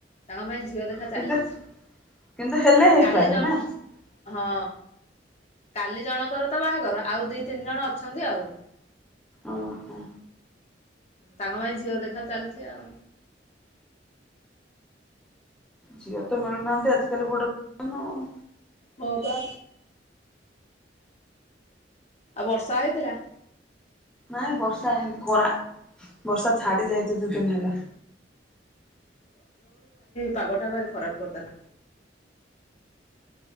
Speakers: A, on the left; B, in the centre.
A: ତାଙ୍କ ପାଇଁ ଝିଅ ଦେଖା
B: କିନ୍ତୁ
A: ଚାଲିଛି।
B: କିନ୍ତୁ ହେଲେ ହେଇପାରେ
A: କାଲି ଜଣ
B: ନା
A: ହଁ। କାଲି ଜଣଙ୍କର ତ ବାହାଘର ଆଉ ଦି ତିନି ଜଣ ଅଛନ୍ତି ଆଉ।
B: ଓହୋ।
A: ତାଙ୍କ ପାଇଁ ଝିଅ ଦେଖା ଚାଲିଛି ଆଉ
B: ଝିଅ ତ ମିଳୁନାହାନ୍ତି ଆଜି କାଲି ବଡ଼ ସନ ଆଉ
A: ହଁ ପା। ଆଉ ବର୍ଷା ହେଇଥିଲା?
B: ନାଇଁ ବର୍ଷା ହେଇନି ଖରା ବର୍ଷା ଛାଡି ଯାଇଛି ଦି ଦିନ ହେଲା।
A: ପାଗ ଟା ଭାରି ଖରାପ କରିଦେଲା।